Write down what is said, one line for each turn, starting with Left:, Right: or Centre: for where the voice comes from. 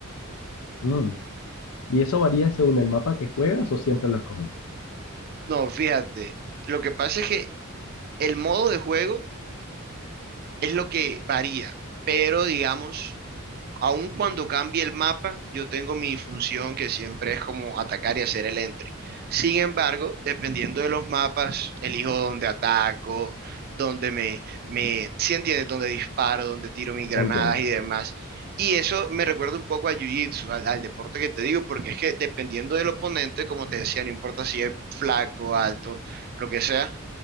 Left: Mm. ¿Y eso varía según el mapa que juegas o siempre lo escoges?
Right: No, fíjate, lo que pasa es que el modo de juego es lo que varía, pero digamos aun cuando cambie el mapa, yo tengo mi función que siempre es como atacar y hacer el entry. Sin embargo, dependiendo de los mapas, elijo dónde ataco, dónde me, me, si entiendes, dónde disparo, dónde tiro mis granadas
Left: Entiendo.
Right: y demás. Y eso me recuerda un poco a Jiu-Jitsu, al, al deporte que te digo, porque es que dependiendo del oponente, como te decía, no importa si es flaco, alto, lo que sea,